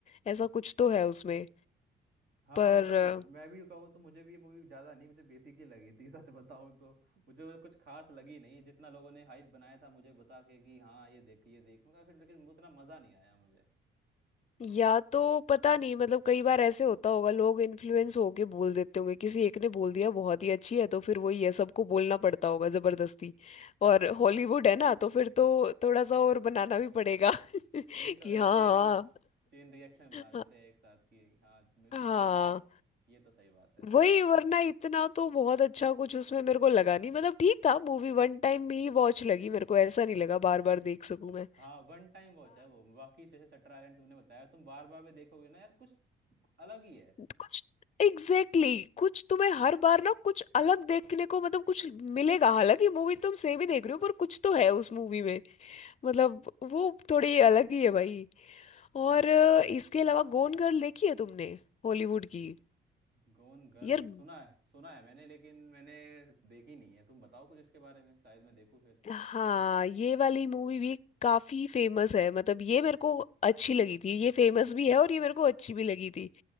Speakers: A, on the left; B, on the right.
A: ऐसा कुछ तो है उसमें
B: हाँ
A: पर
B: मतलब
A: अ,
B: मैं भी कहूँ तो मुझे भी ये मूवी ज़्यादा नहीं मुझे बेसिक ही लगी थी <laughs> सच बताऊँ तो मुझे वो कुछ खास लगी नहीं जितना लोगों ने हाइप बनाया था मुझे बता के कि हाँ ये देख ये देख मैं कहा, फिर लेकिन उतना मज़ा नहीं आया मुझे
A: या तो पता नहीं मतलब कई बार ऐसे होता होगा लोग इन्फ्लुएंस होके बोल देते होंगे किसी एक ने बोल दिया बहुत ही अच्छी है तो फिर वही है सबको बोलना पड़ता होगा जबरदस्ती
B: हाँ
A: और हॉलीवुड है ना तो फिर तो थोड़ा सा और बनाना भी पड़ेगा <laughs>
B: ये तो
A: कि
B: है
A: हाँ
B: चेन चेन रिएक्शन बना देते
A: हाँ
B: हैं एक साथ की हाँ मैं-
A: हाँ,
B: उसने बोला था ये तो सही बात है सही
A: वही
B: बात
A: वरना
B: है
A: इतना तो बहुत अच्छा कुछ उसमें मेरे को लगा नहीं मतलब ठीक था मूवी वन टाइम ही वॉच लगी मेरे को ऐसा नहीं लगा बार बार देख सकूं मैं
B: हाँ वन टाइम वॉच है वो बाकी जैसे शटर आइलैंड तुमने बताया तुम बार बार भी देखोगे ना यार कुछ अलग ही है
A: कुछ एग्जैक्टली exactly, कुछ तुम्हें हर बार ना कुछ अलग देखने को मतलब कुछ मिलेगा हालांकि मूवी तुम सेम ही देख रहे हो पर कुछ तो है उस मूवी में मतलब वो थोड़ी अलग ही है भाई और अ, इसके अलावा गोन गर्ल देखी है तुमने हॉलीवुड की
B: गोन गर्ल
A: यार
B: सुना है सुना है मैंने लेकिन मैंने देखी नहीं है तुम बताओ कुछ इसके बारे में शायद मैं देखूं फिर
A: हाँ ये वाली मूवी भी काफी फेमस है मतलब ये मेरे को अच्छी लगी थी ये फेमस भी है और ये मेरे को अच्छी भी लगी थी